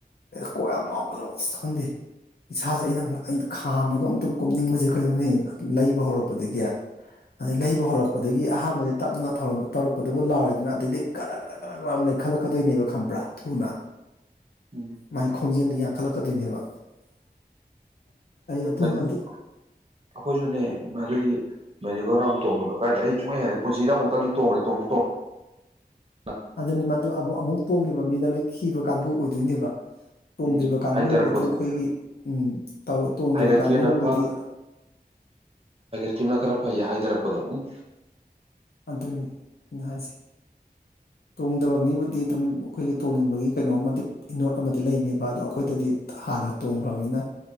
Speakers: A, on the left; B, on the right.
A: ꯀꯣꯛ ꯌꯥꯝ ꯉꯥꯎꯕꯗꯣ ꯈꯪꯗꯦ ꯏꯁꯥꯖꯦ ꯑꯩꯅ ꯑꯩꯅ ꯈꯥꯝꯃꯒ ꯑꯝꯇ ꯀꯨꯞꯅꯤꯡꯕꯁꯦ ꯀꯩꯅꯣꯅꯦꯍꯦ ꯂꯩꯕ ꯍꯧꯔꯛꯄꯗꯒꯤ ꯑꯗꯩ ꯂꯩꯕ ꯍꯧꯔꯛꯄꯗꯒꯤ
B: ꯎꯝ
A: ꯑꯍꯥꯟꯕꯗꯤ ꯇꯞꯅ ꯊꯧꯔꯝ ꯇꯧꯔꯛꯄꯗꯨꯕꯨ ꯂꯥꯎꯏꯗꯅ ꯑꯇꯩꯗꯤ ꯒꯔ ꯒꯥ ꯒꯥ ꯑꯃ ꯂꯩ ꯈꯜꯂꯛꯀꯗꯣꯏꯅꯦꯕ ꯈꯪꯕ꯭ꯔꯥ ꯊꯨꯅ
B: ꯎꯝ
A: ꯃꯥꯥꯏ ꯈꯣꯡꯖꯦꯜꯗ ꯌꯥꯝ ꯈꯜꯂꯛꯀꯗꯣꯏꯅꯦꯕ ꯑꯗꯨꯃꯗꯤ
B: ꯑꯩꯈꯣꯏꯁꯨꯅꯦ ꯃꯗꯨꯒꯤ ꯃꯦꯔꯤꯒꯣ ꯔꯥꯎꯟ ꯇꯣꯡꯕꯗꯣ ꯀꯥꯏꯗꯦ ꯑꯩ ꯁꯨꯡꯍꯩ ꯍꯩꯅꯗꯦ ꯄꯨꯟꯁꯤꯗ ꯑꯃꯨꯛꯇꯪꯗꯤ ꯇꯣꯡꯒ꯭ꯔꯦ ꯇꯣꯡ <unintelligible>
A: ꯑꯗꯨꯅꯤ ꯃꯗꯨ ꯑꯃꯨꯛ ꯑꯃꯨꯛ ꯇꯣꯡꯈꯤꯕ ꯃꯤꯗ ꯂꯣꯏ ꯈꯤꯕ ꯀꯥꯡꯒꯨ ꯑꯣꯏꯗꯣꯏꯅꯦꯕ ꯇꯣꯡꯗ꯭ꯔꯤꯕ
B: ꯎꯝ
A: ꯀꯥꯡꯒꯨꯅꯕꯨꯗꯤ
B: ꯍꯥꯏꯊꯔꯛꯄꯗꯣ
A: ꯃꯨꯛ ꯑꯩꯈꯣꯏꯒꯤ ꯎꯝ ꯇꯧ ꯇꯣꯡꯗ꯭ꯔꯤꯕ
B: ꯍꯥꯏꯒꯠꯈꯤꯕꯅ
A: ꯀꯥꯡꯒꯨꯅꯕꯨꯗꯤ
B: ꯐ <unintelligible> ꯐꯩꯌꯦ ꯍꯥꯏꯗꯔꯛꯄꯗꯣ ꯎꯝ
A: ꯑꯗꯨꯅꯤ ꯑꯩꯅ ꯍꯥꯏꯁꯦ ꯇꯣꯡꯗꯕ ꯃꯤꯕꯨꯗꯤ ꯑꯗꯨꯝ ꯑꯩꯈꯣꯏꯒꯤ ꯇꯣꯡꯅꯤꯡꯕꯒꯤ ꯀꯩꯅꯣ ꯑꯃꯗꯤ ꯏꯅꯣꯠ ꯑꯃꯗꯤ ꯂꯩꯅꯦꯕ ꯑꯗꯣ ꯑꯩꯈꯣꯏꯗꯗꯤ ꯍꯥꯟꯅ ꯇꯣꯡꯒ꯭ꯔꯝꯅꯤꯅ